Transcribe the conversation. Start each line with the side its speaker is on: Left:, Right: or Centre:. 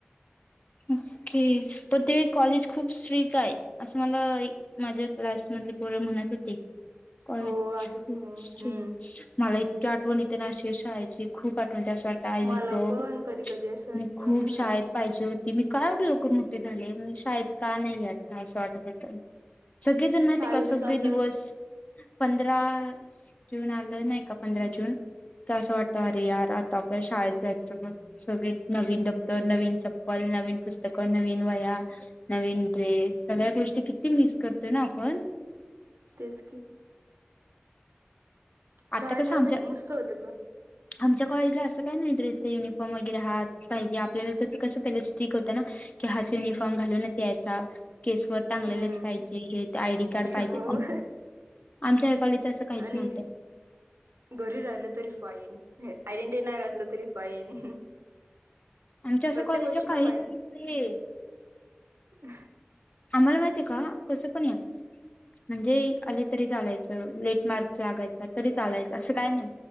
Left: ओके. पण ते कॉलेज खूप स्ट्रीक आहे असं मला. एक माझ्या क्लास मधले पोर म्हणत होते. कॉलेज
Right: हो आहे
Left: खूप
Right: हम्म
Left: स्ट्रिक्स मला इतकी आठवण येते ना. अशी शाळेची खूप आठवण त्यासा त्यावेळी
Right: मला
Left: गं.
Right: पण कधी कधी असं वाटतं
Left: मी खूप शाळेत पाहिजे होती. मी का एवढ लवकर मोठी झाले. मी शाळेत का नाही आता असं वाटत होत. सगळेजण माहितय
Right: शाळेत
Left: का
Right: होतीस
Left: सगळे
Right: असं
Left: दिवस पंधरा जून आलं नाही का, पंधरा जून तेव्हा असं वाटत
Right: हम्म
Left: अरे यार. आपल्या शाळेत जायचं. मग सगळे नवीन दप्तर, नवीन चप्पल, नवीन पुस्तकं, नवीन वह्या, नवीन ड्रेस. सगळ्या गोष्टी की ती मिस करतोय ना आपण.
Right: तेच की,
Left: आता
Right: शाळेपर्यंत
Left: कसं आमच्या
Right: मस्त होतं ग
Left: आमच्या कॉलेजला असं काय नाही. ड्रेसच युनिफॉर्म वगैरे हात पाहिजे आपल्याला तसं कसं पहिले स्ट्रिक होतं ना. की हाच युनिफॉर्म घालूनच यायचा. केसवर टांगलेलेच
Right: हम्म
Left: पाहिजे. हे आयडी कार्ड पाहिजे.
Right: हो
Left: आमच्या ह्याकाळी तसं काहीच
Right: आणि
Left: नव्हतं.
Right: घरी राहिलं तरी फाईन, आयडेंटी नाही घातलं तरी फाईन.
Left: आमच्या असं
Right: प्रत्येक
Left: कॉलेजला
Right: गोष्टीला
Left: काहीच
Right: फाईन
Left: असं नाही.
Right: <unintelligible>
Left: आम्हाला माहितीय का. कसं पण या. म्हणजे आले तरी चालायचं. लेट मार्क लागायचा तरी चालायच. असं काय नाही.